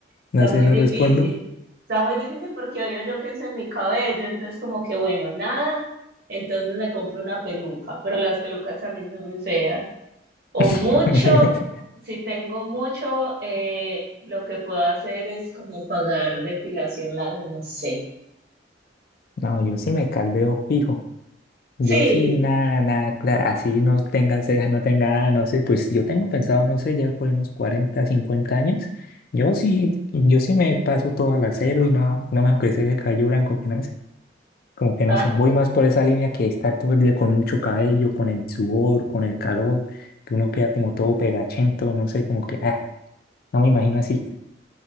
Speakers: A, on the right; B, on the left.
A: Está
B: No sé,
A: muy
B: no
A: difícil.
B: respondo.
A: Está muy difícil porque obvio yo pienso en mi cabello, entonces como que bueno, nada, entonces me compro una peluca, pero las pelucas también son muy feas.
B: <laughs>
A: O mucho, si tengo mucho, eh, lo que puedo hacer es como pagar depilación láser, no sé.
B: No, yo sí me calveo fijo. Yo
A: Sí,
B: sí, nada, nada, clara. Así no tenga ceja, no tenga nada, no sé. Pues yo tengo pensado, no sé, ya por unos cuarenta cincuenta años. Yo sí, yo sí me paso todo al acero y no, no me hago crecer el cabello blanco que nada. Como que no
A: ah,
B: sé, voy más por esa línea que está todo el día con mucho cabello, con el sudor, con el calor, que uno queda como todo pegachento, no sé, como que, ah, no me imagino así.